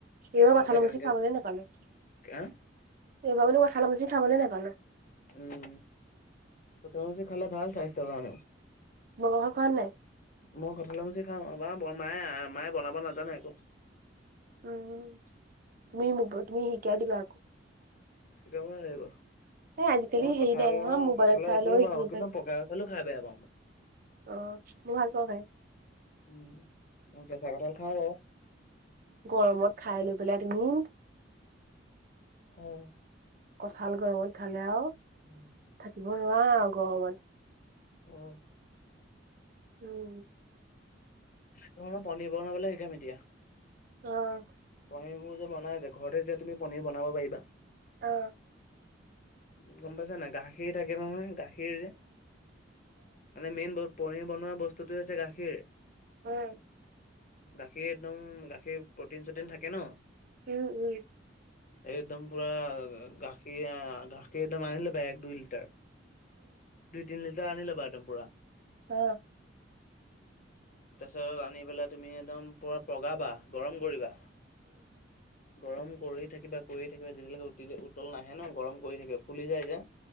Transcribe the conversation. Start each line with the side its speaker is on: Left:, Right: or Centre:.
Right: এইবাৰ
Left: ঘৰতে
Right: কঁঠাল
Left: কেনেকে
Right: মচি খাবলে নেপালো।
Left: হা?
Right: এইবাৰ মানে কঠালৰ মচি খাবলে নেপালোঁ।
Left: উম, কঠালৰ মচি খালে ভাল স্বাস্থ্যৰ কাৰণে।
Right: মঙহ ভাগ খোৱা নে?
Left: মই কঠালৰ মুচি খাওঁ, আমাৰ বৰমায়ে মায়ে বনাব নাজানে আকৌ।
Right: উম তুমি মোক তুমি শিকায় দিবা আকৌ।
Left: শিকাব লাগিব।
Right: এ আজিকালি
Left: মই
Right: হেৰি
Left: কঁঠালৰ
Right: নাই নহয় মোবাইলত
Left: কঁঠালৰ
Right: চাই
Left: একোৱেই
Right: লৈও শিকিব
Left: বনাওঁ, কিন্তু পকা কঁঠালো খায় বেয়া পাওঁ মই।
Right: অঁ মই ভাল পাওঁ খায়।
Left: উম মই কেঁচা কঁঠাল খাওঁ বাও।
Right: গৰমত খায় লৈ পেলাই তুমি
Left: হয়।
Right: কঠাল গৰমত খালে আও
Left: উম।
Right: থাকিব নোৱাৰো আও গৰমতম
Left: উম।
Right: উম।
Left: তোমাক পনীৰ বনাবলে শিকাম এতিয়া।
Right: অঁ।
Left: পনীৰবোৰ যে বনাই যে ঘৰতে যে তুমি পনীৰ বনাব পাৰিবা।
Right: অঁ।
Left: গম পাইছা নাই? গাখীৰ থাকে নহয় গাখীৰ যে মানে মেইন ব পনীৰ বনোৱা বস্তুটোৱে হৈছে গাখীৰ।
Right: উম।
Left: গাখীৰ একদম গাখীৰ প্ৰ'টিন চটিন থাকে ন
Right: উম উম।
Left: এই একদম পুৰা গাখীৰ আ গাখীৰ একদম আনি লবা এক দুই লিটাৰ। দুই তিন লিটাৰ আনি ল'বা একদম পোৰা।
Right: অঁ।
Left: তাৰপিছত আনি পেলাই তুমি একদম পোৰা পগাবা গৰম কৰিবা। গৰম কৰি থাকিবা কৰি থাকিবা যেতিয়ালৈকে উতলি উতল নাহে ন গৰম কৰি থাকিবা। ফুলি যায় যে।